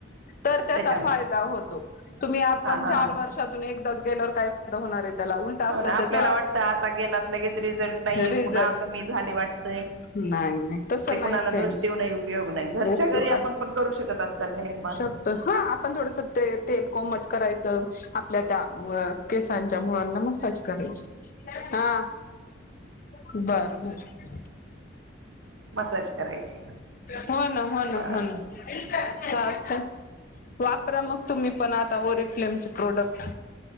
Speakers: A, on the left; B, on the right.
A: तर त्याचा
B: त्याच्या
A: फायदा होतो, तुम्ही आपण
B: हा हा
A: चार
B: हा
A: वर्षातून एकदा ज गेल्यावर काय <unintelligible> होणार आहे
B: हो ना. आपल्याला
A: त्याचा
B: वाटतं आता गेलात लगेच रिझल्ट नाही,
A: रिझल्ट
B: पुन्हा कमी झाले वाटतय
A: नाही नाही तसं
B: ते
A: नाहीच
B: कुणाला
A: आहे
B: दोष देऊनही उपयोग नाही, घरच्या
A: उपयोगात
B: घरी आपण पण करू शकत असत ना हेअर मास्क?
A: <unintelligible> हा, आपण थोडसं ते तेल कोमट करायचं आपल्या त्या अ केसांच्या मुळांना मसाज करायची, हा बर. हर
B: मसाज करायची
A: हो न हो न
B: बर
A: हो ना
B: बर
A: अच्छ अच्छा वापरा मग तुम्ही पण आता ओरिफ्लेमचे प्रोडक्ट